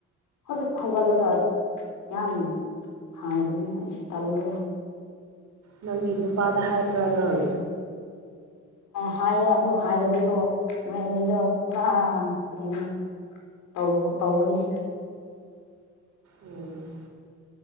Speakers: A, on the left; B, on the right.
A: ꯍꯧꯖꯤ ꯍꯧꯒꯂꯒ ꯌꯥꯝ ꯍꯥꯏꯕꯅꯦꯁ ꯇꯜꯂꯨꯕ
B: ꯅꯪꯒꯤ ꯅꯨꯄꯥꯗ ꯍꯥꯏꯕ꯭ꯔꯥ ꯅꯪ
A: ꯍꯥꯏꯌꯦ ꯑꯗꯨ ꯍꯥꯏꯔꯗꯤꯀꯣ ꯅꯣꯏ ꯑꯅꯤꯗꯣ ꯄꯨꯔꯥ ꯀꯔꯤꯅ ꯇꯧ ꯇꯧꯒꯅꯤ
B: ꯎꯝ